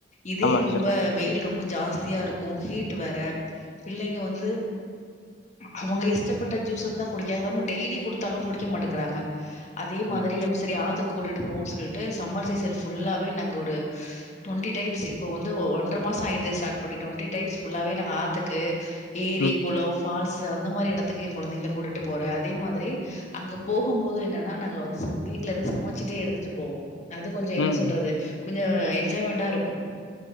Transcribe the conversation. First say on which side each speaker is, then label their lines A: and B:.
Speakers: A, on the left; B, on the left.
A: இதே
B: ஆமா
A: ரொம்ப
B: சூப்பர்
A: வெயில் ரொம்ப ஜாஸ்தியா இருக்கு ஹீட் வேற பிள்ளைங்க வந்து அவங்க இஷ்டப்பட்ட ஜூஸ்ச தா குடிக்கறாங்க <inaudible> டெய்லியு குடுத்தாலு குடிக்க மாட்டக்கறாங்க அதே மாதிரி
B: ம்
A: நம் சரி ஆத்துக்கு கூட்டிட்டு போவோ சொல்லிட்டு சம்மர் சீசன் ஃபுல்லாவே நங்க ஒரு டொண்டி டைம்ஸ்ஸு இப்ப வந்து ஒன்றர மாசோ ஆ ஸ்டார்ட் பண்ணிடோ டொண்டி டைம்ஸ் ஃபுல்லாவே நாங்க ஆத்துக்கு ஏரி
B: ம்
A: குளோ ஃபால்ஸு அந்த மாரி எடத்துக்கு எ கொழந்தைங்கள கூட்டிட்டு போற அதே மாதிரி அங்க போகு போது என்னன்னா நாங்க வந்து ச வீட்டுல இருந்து சமைச்சிட்டே எடுத்துட்டு போவோ அது கொஞ்ச என்ன
B: ம்
A: சொல்றது கொஞ்சோ என்ஜாய்மென்டா இருக்கு